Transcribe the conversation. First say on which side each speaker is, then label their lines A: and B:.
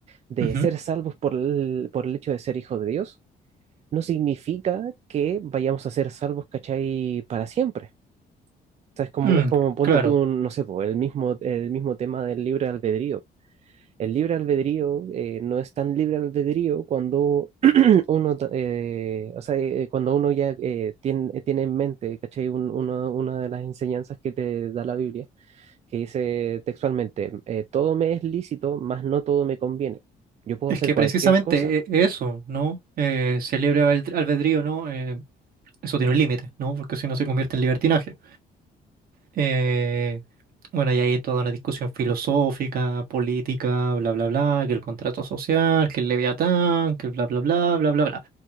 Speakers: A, on the right (about 40°); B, on the right (about 65°).
A: de
B: Ujú.
A: ser salvos por el, por el hecho de ser hijos de Dios, no significa que vayamos a ser salvos, ¿cachai? Para siempre. O sea, es como,
B: Mm,
A: es como, ponte
B: claro,
A: tú, no sé, po, el mismo, el mismo tema del libre albedrío. el libre albedrío eh, no es tan libre albedrío cuando <clears throat> uno, eh, o sea, eh, cuando uno ya eh, tiene, tiene en mente, ¿cachai? Un- uno- una de las enseñanzas que te da la Biblia, que dice textualmente, eh, todo me es lícito, mas no todo me conviene. Yo puedo
B: es
A: hacer
B: que
A: cualquier
B: precisamente
A: cosa.
B: e- eso, ¿no? Eh, si el libre albed- albedrío, ¿no? Eh, eso tiene un límite, ¿no? Porque si no se convierte en libertinaje. Eh, bueno, y hay toda una discusión filosófica, política, bla, bla, bla, que el contrato social, que el Leviatán, que bla, bla, bla, bla, bla, bla,